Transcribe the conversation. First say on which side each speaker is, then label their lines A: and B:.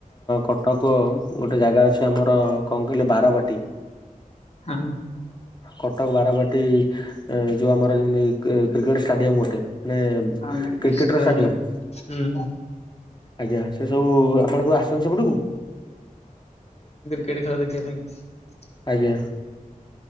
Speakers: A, on the left; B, on the left.
A: କଟକ ଗୋଟେ ଜାଗା ଅଛି ଆମର କଣ କହିଲେ ବାରବାଟୀ।
B: ହଁ।
A: କଟକ ବାରବାଟୀ, ଯେଉଁ ଆମର ଯେମତି କ୍ରିକେଟ ଷ୍ଟାଡିୟମ ଗୋଟେ। ମାନେ
B: ହଁ
A: କ୍ରିକେଟ
B: ଖେଳ
A: ର ଷ୍ଟାଡିଅମ୍,
B: ହୁଏ। ହୁଁ
A: ଆଜ୍ଞା ସବୁ ଆପଣ କେବେ ଆସୁଛନ୍ତି ସେପଟକୁ?
B: କେଡେ ଖେଳ ଦେଖିବା ପାଇଁ।
A: ଆଜ୍ଞା